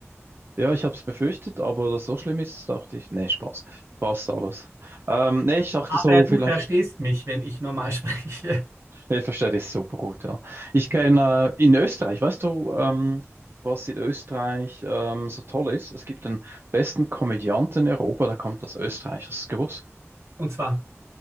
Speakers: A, on the right; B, on the right.
A: Ja, ich habe es befürchtet, aber dass so schlimm ist, dachte ich, nee, Spaß. Passt alles. Ähm, nee, ich dachte
B: Aber
A: so,
B: du
A: vielleicht.
B: verstehst mich, wenn ich normal spreche.
A: Ich verstehe das super gut, ja. Ich kenne äh, in Österreich, weißt du, ähm, was in Österreich ähm, so toll ist? Es gibt den besten Komödianten in Europa, der kommt aus Österreich, hast du es gewusst?
B: Und zwar,